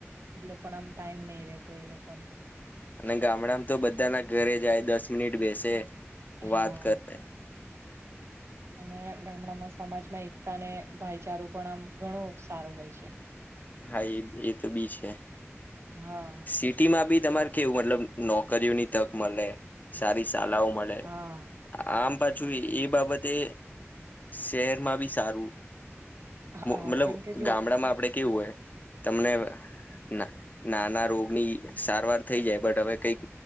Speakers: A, on the right; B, on the left.
A: એટલો પણ આમ ટાઈમ નહીં રહેતો એ લોકોને.
B: અને ગામડામાં તો બધાના ઘરે જાય દસ મિનિટ બેસે
A: હા
B: વાત કરે.
A: અને ગામડામાં સમાજમાં એકતા અને ભાઈચારો પણ આમ ઘણો સારો હોય છે.
B: હા એ એ તો બી છે
A: હા,
B: સિટીમાં બી તમારે કેવું મતલબ નોકરીઓની તક મલે સારી સાલાઓ મળે
A: હા,
B: આમ જો એ બાબતે શહેરમાં બી સારું.
A: હા
B: મતલબ
A: કેમ કે જો
B: ગામડામાં આપડે કેવું હોય તમને ના નાના રોગની સારવાર થઈ જાય બટ હવે કઈક